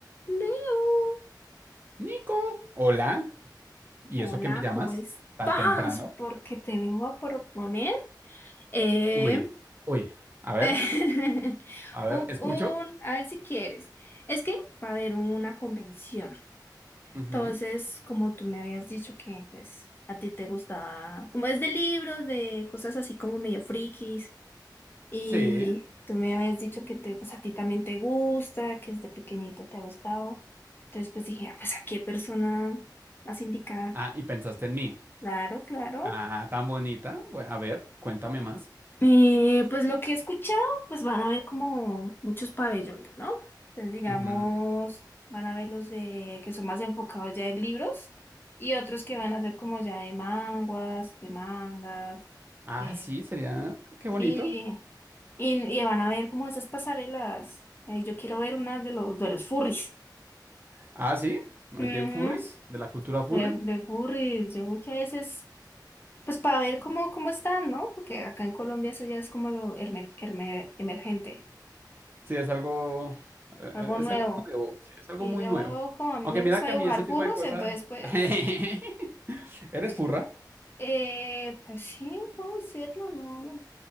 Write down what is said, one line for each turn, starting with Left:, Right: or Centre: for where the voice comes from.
Left: Leo,
Right: Nico, hola. ¿Y
Left: hola,
Right: eso que me llamas
Left: ¿cómo estás?
Right: tan temprano?
Left: Porque te vengo a proponer eh,
Right: Uy, uy, A ver,
Left: <laughs>
Right: a
Left: un,
Right: ver, escucho.
Left: un- a ver si quieres. Es que va a haber una convención.
Right: Ujú,
Left: Entonces, como tú me habías dicho que pues a ti te gustaba, como es de libros, de cosas así como medio frikis, y
Right: Sí.
Left: tú me habías dicho que te, pues a ti también te gusta, que desde pequeñito te ha gustado. Entonces, pues dije, ah, pues a qué persona más indicada
Right: Ah, y pensaste en mí.
Left: Claro, claro.
Right: Ah, tan bonita. Bueno, a ver, cuéntame más.
Left: Eh, pues lo que he escuchado, pues van a haber como muchos pabellones, ¿no? Entonces, digamos,
Right: Ujú.
Left: van a ver los de que son más enfocados ya en libros y otros que van a ser como ya de manguas, de mangas,
Right: Ah,
Left: de...
Right: sí, sería. Qué
Left: Sí,
Right: bonito.
Left: y, y van a ver como esas pasarelas. Eh, yo quiero ver una de los, de los furries.
Right: Ah, sí. ¿no?
Left: Ujú,
Right: hay De furries, de la cultura
Left: De,
Right: furry.
Left: de furries. Yo que a veces... Pues para ver cómo, cómo están, ¿no? Porque acá en Colombia eso ya es como lo erme- erme- emergente,
Right: Sí, es algo. eh,
Left: algo nuevo.
Right: Es algo nuevo. Sí, es algo
Left: Y
Right: muy
Left: yo,
Right: nuevo.
Left: como a mí
Right: Aunque
Left: me
Right: mira
Left: gusta
Right: que
Left: dibujar
Right: a mí ese tipo
Left: furros,
Right: de cosas.
Left: entonces pues,
Right: <laughs> Eres furra.
Left: eh, pues sí, puedo decirlo, no,